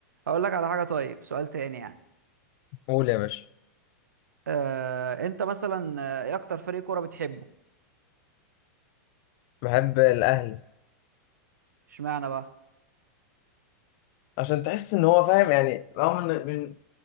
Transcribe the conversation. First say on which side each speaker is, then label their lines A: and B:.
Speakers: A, on the right; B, on the left.
A: هقول لك على حاجه طيب سؤال تاني يعني
B: قول يا باشا
A: آه انت مثلا آه، ايه اكتر فريق كوره بتحبه
B: بحب الاهلي
A: اشمعنى بقى
B: عشان تحس ان هو فاهم يعني رغم ان من...